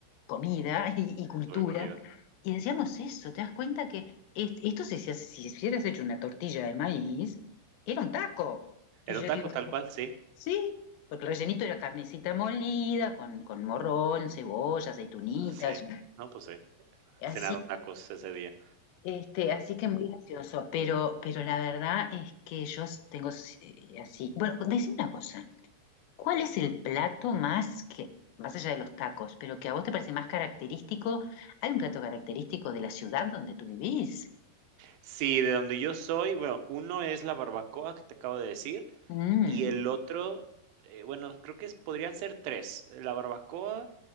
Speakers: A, on the left; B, on the right.
A: comida <laughs> y, y cultura
B: sobre comida.
A: y decíamos eso, ¿te das cuenta que es- esto si, se hace- si hubieras hecho una tortilla de maíz, era un taco? Y
B: Era
A: yo
B: un taco
A: digo,
B: tal cual, sí.
A: sí, porque el rellenito era carnecita molida, con, con morrón, cebolla, aceitunitas,
B: Sí. No, pues sí.
A: así,
B: Cenaron tacos ese día.
A: este, así que muy gracioso. Pero, pero la verdad es que yo tengo eh, así. Bueno, decime una cosa. ¿Cuál es el plato más que, más allá de los tacos, pero que a vos te parece más característico? ¿Hay un plato característico de la ciudad donde tú vivís?
B: Sí, de donde yo soy, bueno, uno es la barbacoa que te acabo de decir
A: Mm.
B: y el otro, eh, bueno, creo que es- podrían ser tres. La barbacoa,